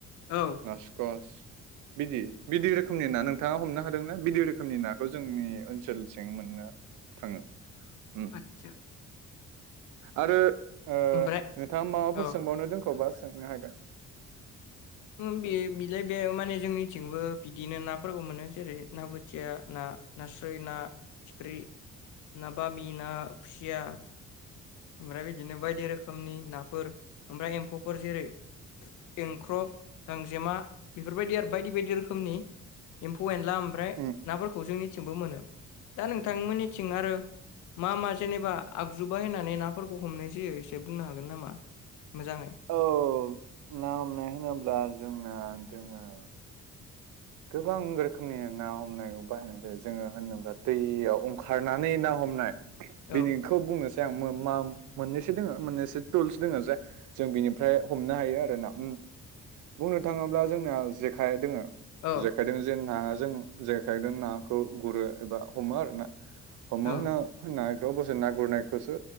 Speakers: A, on the left (about 75°); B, on the right (about 80°).
A: औ
B: नासकस बिदि बिदि रोखोमनि ना नोंथाङा हमनो हादोंना बिदि रोखोमनि ना बे खौ जोंनि ओनसोलसिं मोननो थाङो उम
A: आतसा
B: आरो ओ
A: ओमफ्राय
B: नोंथाङा माबाफोर
A: औ
B: सोंबावनो दोनखबा सोंनो हागोन
A: ओम बे बिलाय बे माने जोंनिथिंबो बिदिनो नाफोरखौ मोनो जेरै ना बोथिया ना नास्राय ना फिथिख्रि ना बामि ना खुसिया ओमफ्राय बिदिनो बायदि रोखोमनि नाफोर ओमफ्राय एम्फौफोर जेरै एंख्रब गांजेमा बेफोरबायदि आरो बायदि बायदि रोखोमनि एम्फौ एनला ओमफ्राय
B: उम
A: नाफोरखौ जोंनिथिमबो मोनो दा नोंथांमोननिथिं आरो मा मा जेनेबा आगजु बाहायनानै माने नाफोरखौ हमनोसै एसे बुंनो हागोन नामा मोजाङै?
B: औ ना हमनाय होनोब्ला जोंना दोङो गोबां रोखोमनि ना हमनाय बाहायनाय जायो जोङो होनोबोब्ला दैयाव ओंखारनानै ना हमनाय।
A: औ
B: बेनिखौ बुंनोसै आं मा मोननैसो दोङो मोननैसो टुल्स दोङ जे जों बिनिफ्राय हमनो हायो आरो ना बुंनो थाङोब्ला जोंना जेखाइ दोङो।
A: औ
B: जेखायदों जे नाजों जेखायदों नाखौ गुरो एबा हमो आरो ना। हमो
A: औ
B: होनो होन्ना बेयाव दसे ना गुरनायखौसो